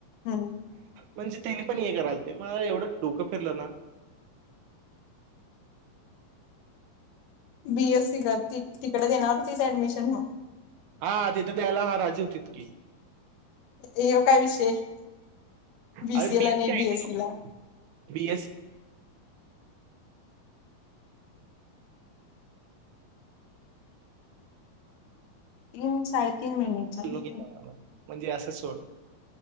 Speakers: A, on the left; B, on the right.
A: हम्म
B: म्हणजे तेनी पण हे कराल ते मला एवढं डोक डोक फिरलं ना
A: बीएस सी कर तिकडे देणार तीच ऍडमिशन म्हणून
B: हा तिथ द्यायला राजी होतीतकी
A: ए ह्यो काय विशेष बीसीए
B: अरे
A: ला नाही
B: आयटी
A: बीएससी ला
B: बीएससी
A: तीन साडेतीन मिनिट झाली
B: <unintelligible> म्हणजे असं सोड